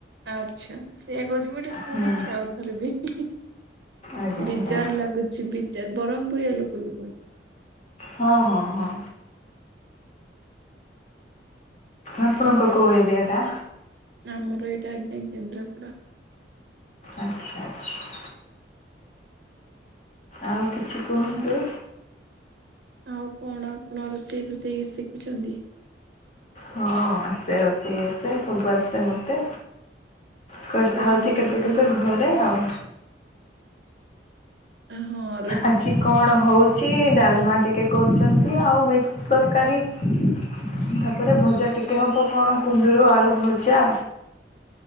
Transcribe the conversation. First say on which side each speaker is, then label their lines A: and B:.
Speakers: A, on the right; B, on the left.
A: ଆଚ୍ଛା ସେଇଆା କହୁଛି ମୁଁ ଏଟା ଶୁଣିଛି
B: ହୁଁ
A: ଆଉଥରେ ବି।
B: ଆଜ୍ଞା ଆଜ୍ଞା।
A: ବିଜାର ଲାଗୁଛି ବିଜାର ବ୍ରହ୍ମପୁରିଆ ଲୋକ ବି କୁହନ୍ତି।
B: ହଁ ହଁ ହଁ। ଆପଙ୍କ କୋଉ ଏରିଆଟା?
A: ଆ ମମର ଏଇଟା ଆଜ୍ଞା କେନ୍ଦ୍ରାପଡା।
B: ଆଚ୍ଛା ଆଚ୍ଛା। ଆଉ କିଛି କୁହନ୍ତୁ?
A: ଆଉ କଣ ଆପଣ ରୋଷେଇ ଫୋଷେଇ ଶିଖିଛନ୍ତି।
B: ହଁ ଆସେ ରୋଷେଇ ଆସେ ସବୁ ଆସେ ମୋତେ କରିଥା
A: କଣ
B: ହଉଛି
A: ରୋଷେଇ
B: କେବେ କେବେ ଘରେ ଆଉ।
A: ଓ ହଁ।
B: ଆଜି କଣ ହଉଛି? କିଛି ଡାଲମା ଟିକେ କରୁଛନ୍ତି ଆଉ ମିକ୍ସ ତରକାରୀ ତାପରେ ଭଜା ଟିକେ ହବ କଣ କୁନ୍ଦୁରୁ ଆଳୁ ଭଜା।